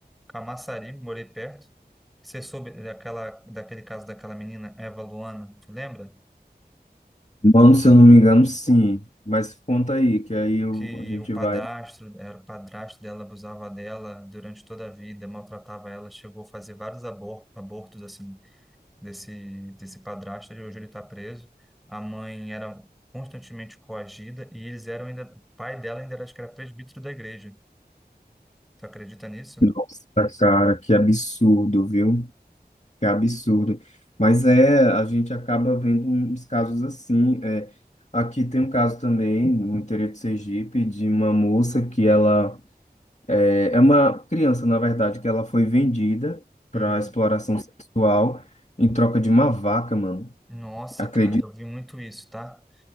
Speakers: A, in the centre; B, on the left.
A: Camaçari, morei perto. Você soube daquela, daquele caso daquela menina, Eva Luana, tu lembra?
B: Mano, se eu não me engano, sim. Mas conta aí, que aí eu-
A: Que
B: a gente
A: o padrasto,
B: vai.
A: era o padrasto dela, abusava dela durante toda a vida, maltratava ela, chegou a fazer vários abor abortos, assim, desse, desse padrasto, e hoje ele está preso. A mãe era constantemente coagida e eles eram ainda, o pai dela ainda era, acho que era presbítero da igreja. Tu acredita nisso?
B: Nossa, cara, que absurdo, viu? Que absurdo. Mas é, a gente acaba vendo um, uns casos assim. é. Aqui tem um caso também, no interior de Sergipe, de uma moça que ela. É, é uma criança, na verdade, que ela foi vendida para
A: Uhum.
B: exploração sexual em troca de uma vaca, mano.
A: Nossa,
B: Acredito.
A: cara, eu vi muito isso, tá?